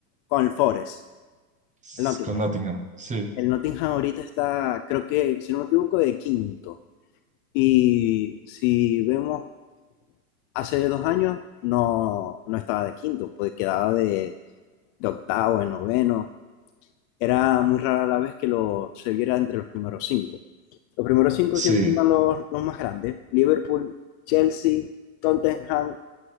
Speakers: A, on the left; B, on the right.
A: con el Forest,
B: S-
A: el Nottingham.
B: Con Nottingham, sí,
A: El Nottingham ahorita está, creo que, si no me equivoco, de quinto. Y si vemos hace dos años, no, no estaba de quinto, pues quedaba de, de octavo, de noveno. Era muy rara la vez que lo, se viera entre los primeros cinco. Los primeros cinco
B: sí.
A: siempre iban los, los más grandes. Liverpool, Chelsea, Tottenham